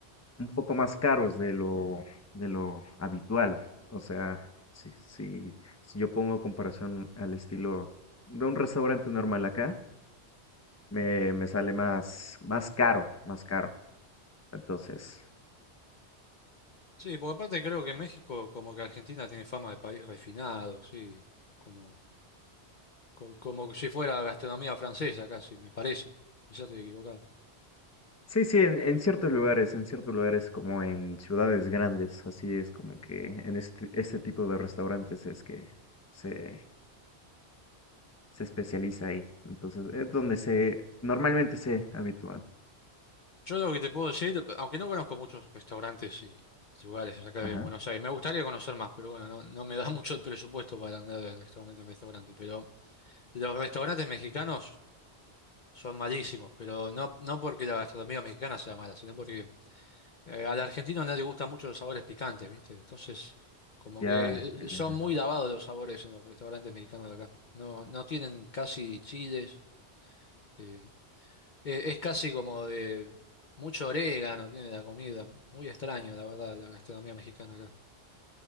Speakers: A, on the left; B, on the left.
A: un poco más caros de lo, de lo habitual. O sea, si, si, si yo pongo comparación al estilo de un restaurante normal acá, me, me sale más, más caro, más caro. Entonces,
B: Sí, porque aparte creo que México, como que Argentina, tiene fama de país refinado, sí. Como co- como si fuera gastronomía francesa casi, me parece. Quizás estoy equivocado.
A: Sí, sí, en, en ciertos lugares, en ciertos lugares como en ciudades grandes, así es como que en este, este tipo de restaurantes es que se, se especializa ahí. Entonces, es donde se, normalmente se habitúa.
B: Yo lo que te puedo decir, aunque no conozco muchos restaurantes y lugares acá
A: Ajá,
B: de Buenos Aires, me gustaría conocer más, pero bueno, no, no me da <laughs> mucho el presupuesto para andar de restaurante en restaurante. Pero los restaurantes mexicanos son malísimos, pero no, no porque la gastronomía mexicana sea mala, sino porque eh, al argentino no le gustan mucho los sabores picantes, ¿viste? Entonces, como
A: ya,
B: que
A: ya,
B: eh,
A: ya,
B: son
A: ya.
B: muy lavados los sabores en los restaurantes mexicanos de acá. No, no tienen casi chiles. eh, Eh, Es, casi como de mucho orégano, tiene la comida. Muy extraño, la verdad, la gastronomía mexicana acá.